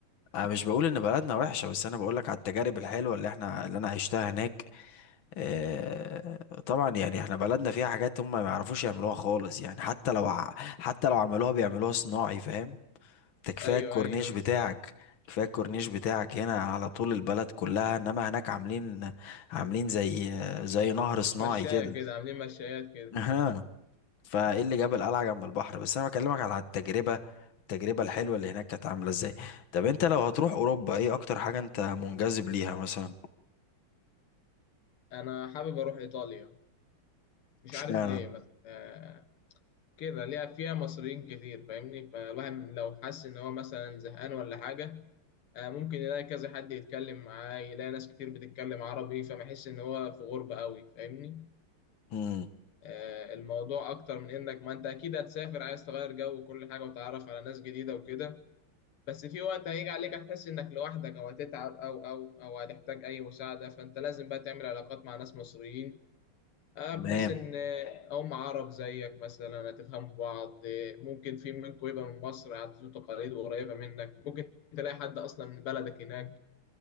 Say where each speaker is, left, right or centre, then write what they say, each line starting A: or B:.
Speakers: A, on the left; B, on the left.
A: انا مش بقول ان بلدنا وحشة بس انا بقولك على التجارب الحلوة اللي احنا اللي انا عشتها هناك آه، طبعا يعني احنا بلدنا فيها حاجات هم ما يعرفوش يعملوها خالص يعني حتى لو ع- حتى لو عملوها بيعملوها صناعي فاهم ده كفايه
B: ايوه
A: الكورنيش
B: ايوه
A: بتاعك
B: بالظبط
A: كفايه الكورنيش بتاعك هنا على طول البلد كلها انما هناك عاملين عاملين زي زي نهر صناعي
B: مشايه
A: كده
B: كده عاملين مشايات كده
A: اها فايه اللي جاب القلعه جنب البحر بس انا بكلمك على التجربه التجربه الحلوه اللي هناك كانت عامله ازاي طب انت لو هتروح اوروبا ايه اكتر حاجه انت منجذب ليها مثلا
B: انا حابب اروح ايطاليا مش
A: اشمعنى
B: عارف ليه ما آه، كده ليها فيها مصريين كتير فاهمني فالواحد لو حس ان هو مثلا زهقان ولا حاجه آه، ممكن يلاقي كذا حد يتكلم معاه يلاقي ناس كتير بتتكلم عربي فما يحس ان هو في غربه قوي فاهمني
A: امم
B: آه، الموضوع اكتر من انك ما انت اكيد هتسافر عايز تغير جو وكل حاجه وتتعرف على ناس جديده وكده بس في وقت هيجي عليك هتحس انك لوحدك او هتتعب او او او هتحتاج اي مساعده فانت لازم بقى تعمل علاقات مع ناس مصريين آه،
A: تمام
B: بحيث ان آه، هم عرب زيك مثلا هتفهموا بعض آه، ممكن في منكم يبقى من مصر عادات وتقاليد وقريبه منك ممكن تلاقي حد اصلا من بلدك هناك